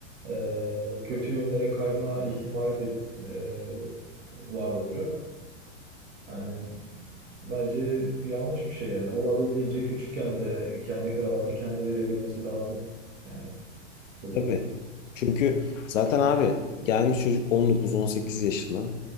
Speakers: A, on the right (about 25°); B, on the left (about 75°).
A: e, kötü yönlere kayma ihtimali de e, var olacak. Yani bence yanlış bir şey yani. Olabildiğince küçükken de kendi kararlarını kendi verebilmesi lazım yani çocuğun.
B: Tabii. Çünkü zaten abi gelmiş çocuk on dokuz on sekiz yaşına.